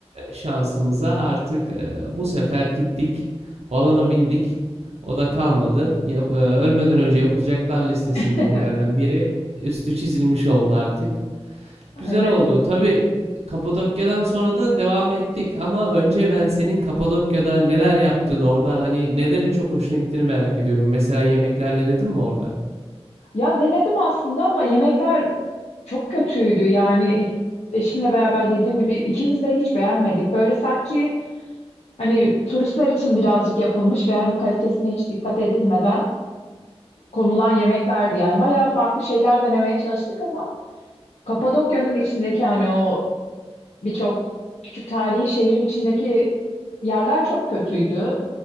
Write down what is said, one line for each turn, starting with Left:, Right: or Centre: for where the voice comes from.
Right: şansımıza artık e, bu sefer gittik. Balona bindik. O da kalmadı. Yap- e, ölmeden önce yapılacaklar listesindekilerden
Left: <laughs>
Right: biri üstü çizilmiş oldu artık. Güzel
Left: Evet.
Right: oldu. Tabii Kapadokya'dan sonra da devam ettik ama önce ben senin Kapadokya'da neler yaptığını orada hani nelerin çok hoşuna gittiğini merak ediyorum. Mesela yemekler denedin mi orada?
Left: Ya denedim aslında ama yemekler çok kötüydü. Yani ilk- eşimle beraber dediğim gibi ikimiz de hiç beğenmedik. Böyle sanki hani turistler için birazcık yapılmış ve hani kalitesine hiç dikkat edilmeden konulan yemeklerdi. Yani bayağı farklı şeyler denemeye çalıştık ama Kapadokya'nın içindeki hani o birçok küçük tarihi şehrin içindeki yerler çok kötüydü.